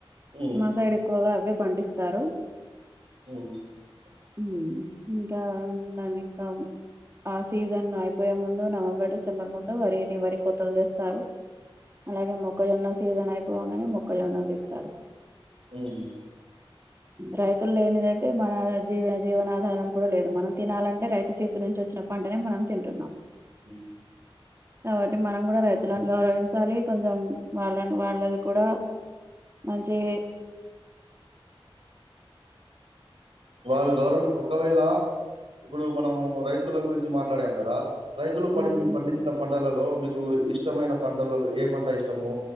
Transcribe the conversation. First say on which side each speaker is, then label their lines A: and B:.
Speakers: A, on the right; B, on the right.
A: హ్మ్.
B: మ సైడు ఎక్కువగా అవె పండిస్తారు
A: <inaudible>
B: హ్మ్ ఇంకా దాని ఇక ఆ సీజన్ అయిపోయేముందు నవంబర్ డిసెంబర్ ముందు వరిని వరి కొతలు చేస్తారు అలాగే మొక్కజొన్న సీజన్ అయిపోవగానే మొక్కజొన్నలు తీస్తారు
A: మ్
B: రైతులు లేనిదైతే మన జీవాన జీవనాధారం కూడా లేదు మనం తినాలంటే రైతు చేతిల్ నుంచి వచ్చిన పంటనే మనం తింటున్నాం
A: <inaudible>
B: కావట్టి మనం కూడా రైతులను గౌరవించాలి కొంచెం వాళ్ళని వాళ్ళది కూడా మంచి
A: వాళ్ళు గవరమె ఒకవేళ ఇప్పుడు మనము రైతుల గురించి మాట్లాడాం కదా రైతులు పడిన్
B: హ్మ్.
A: పండించిన పం టలలో మీకు ఇష్టమైన పంటలలో ఏ పంట ఇష్టము